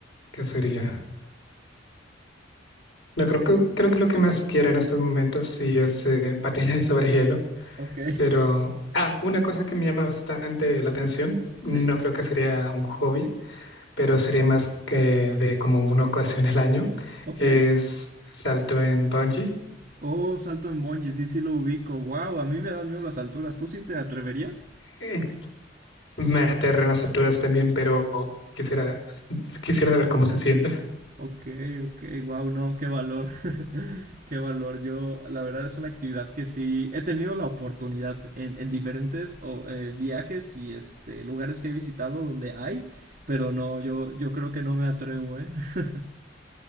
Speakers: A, on the left; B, on the right.
A: ¿qué sería? No, creo que, creo que lo que más quiero en estos momentos sí es eh, patinar <laughs> sobre hielo,
B: Ok,
A: pero, ah, una cosa que me llama bastante la atención,
B: sí,
A: no creo que sería un hobby pero sería más que de como una ocasión al año,
B: ok.
A: es salto en bungee.
B: Oh, salto en bungee, sí, sí lo ubico. Wow, a mí me dan miedo
A: S-
B: las alturas. ¿Tú sí te atreverías?
A: eh, Me aterra en las alturas también, pero quisiera, quisiera saber cómo se siente.
B: Ok, ok, wow, no, qué valor, <laughs> qué valor. Yo, la verdad es una actividad que sí he tenido la oportunidad en, en diferentes o, eh, viajes y este lugares que he visitado donde hay, pero no, yo, yo creo que no me atrevo, ¿eh? <laughs>